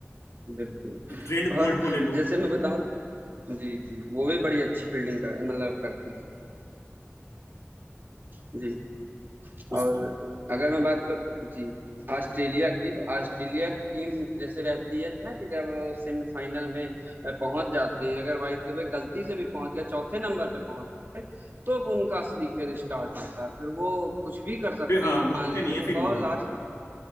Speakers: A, on the right (about 45°); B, on the left (about 85°).
A: बिल्कुल
B: ट्रेंट बोल्ट
A: और
B: को ले लो
A: जैसे मैं बताऊं जी जी वो भी बड़ी अच्छी फील्डिंग कर मतलब करते हैं जी
B: उसको
A: और अगर मैं बात कर जी ऑस्ट्रेलिया की तो ऑस्ट्रेलिया की टीम जैसे रहती है ना कि जब वो सेमीफाइनल में अ, पहुंच जाते हैं अगर बाय द वे गलती से भी पहुंच गए चौथे नंबर पे पहुंच गए तो अब उनका असली खेल स्टार्ट होता है फिर वो कुछ भी कर सकते
B: फिर हाँ
A: हैं
B: रुकते
A: मान लीजिए
B: नहीं है
A: वो
B: फिर
A: कहो
B: वो
A: लास्ट
B: हाँ